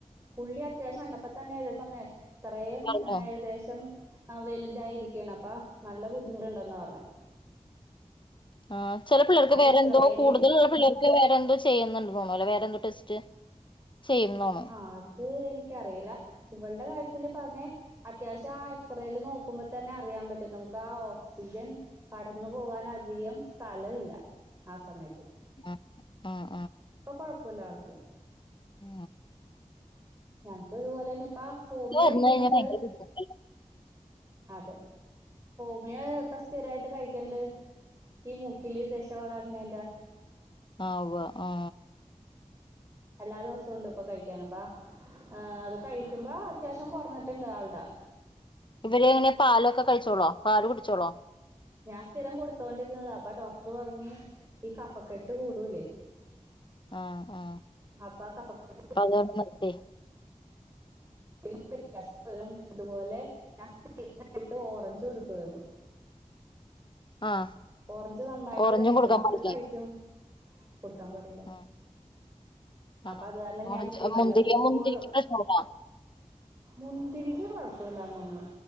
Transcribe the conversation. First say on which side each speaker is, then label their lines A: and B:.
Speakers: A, on the right; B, on the left.
A: പുള്ളി അത്യാവശ്യം കണ്ടപ്പ തന്നെ ഏതെങ് ഇത്രയും
B: പറഞ്ഞോ
A: ഏകദേശം ആ വലുതായിരിക്കാണ് അപ്പാ നല്ല ബുദ്ധിമുട്ടുണ്ടുന്നാ പറഞ്ഞേ
B: ആ ചില പിള്ളർക്ക് വേറെന്തോ
A: എക്സറേയില്
B: കൂടുതല ഉള്ള പിള്ളേർക്ക് വേറെന്തോ ചെയ്യുന്നുണ്ടതോണോ അല്ലോ വേറെന്തോ ടെസ്റ്റ് ചെയ്യുന്നോണ്
A: ആ അത് എനിക്ക് എനിക്കിയില്ല ഇവളടെ കാര്യത്തില്‌ പറഞ്ഞേ അത്യാവശ്യം ആ എക്സ്റേയില് നോക്കുമ്പോ തന്നെ അറിയാൻ പറ്റും നമുക്ക് ആ ഓക്സിജൻ കടന്നു പോകൻ അധികം സ്ഥലം ഇല്ല ആ സമയത്ത്.
B: ആഹ് ആഹ്
A: ഇപ്പൊ കൊഴപ്പില്ല ആൾക്ക്.
B: ആ
A: ഞങ്ങക്ക് ഇതുപോലെന്നെ ഇപ്പാ ഹോമിയോ
B: വന്ന്
A: കഴിക്കുന്നുണ്ട്.
B: കഴിഞ്ഞാ ഭയങ്കര ബുദ്ധിമുട്ടാ
A: അതെ ഹോമിയോ ഇപ്പൊ സ്ഥിരായിട്ട് കഴിക്കണ്ട്. ഈ മൂക്കില് ദെശവളർണേന്റെ
B: ആവുവ ആ
A: എല്ലാ ദിവസവും ഉണ്ട് ഇപ്പൊ കഴിക്കാന്. അപ്പ ആ അത് കഴിക്കുമ്പോ അത്യാവശ്യം കുറഞ്ഞിട്ടുണ്ട് ആളുടെ
B: ഇവര് എങ്ങനെ പാലൊക്കെ കഴിച്ചോളോ പാല് കുടിച്ചോളോ
A: ഞാൻ സ്ഥിരം കൊടുത്തോണ്ടിരുന്നതാ അപ്പൊ ഡോക്ടർ പറഞ്ഞ് ഈ കഫക്കെട്ട് കൂടൂലേ
B: ആ ആ
A: അപ്പൊ കഫക്കെട്ട്
B: പയേത് അല്ലെ
A: പിന്നെ വ്യത്യാസവും അതുപോലെ <unintelligible> എന്നിട്ട് ഓറഞ്ച്കൊടുക്കുവായിരുന്നു.
B: ആഹ്
A: ഓറഞ്ച് നന്നായിട്ട്
B: ഓറഞ്ചും
A: കഴിക്കും
B: കൊടുക്കാൻ
A: അപ്പത്
B: പാടില്ലേ
A: കഴിക്കും. കൊടുക്കാൻ പാടില്ല.
B: ആഹ്
A: അപ്പൊ
B: ആണോ
A: അത് കാരണം
B: ഓറഞ്ച്
A: ഞാൻ നിർത്തിവല്ലപ്പോഴും
B: മുന്തിരിയോ മുന്തിരിക്ക് പ്രശ്നമുണ്ടോ
A: മുന്തിരിക്ക് കൊഴപ്പമില്ലന്ന് തോന്നുന്നു